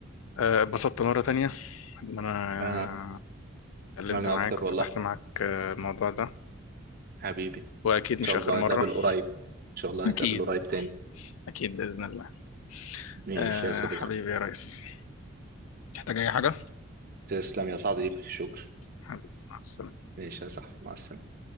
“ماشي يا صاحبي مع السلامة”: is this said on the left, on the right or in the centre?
Right